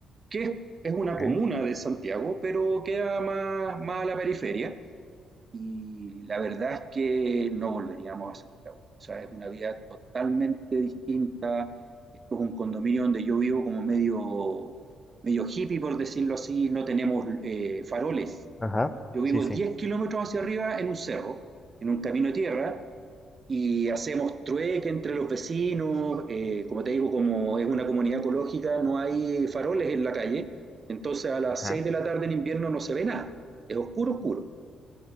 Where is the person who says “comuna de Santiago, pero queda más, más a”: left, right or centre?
Right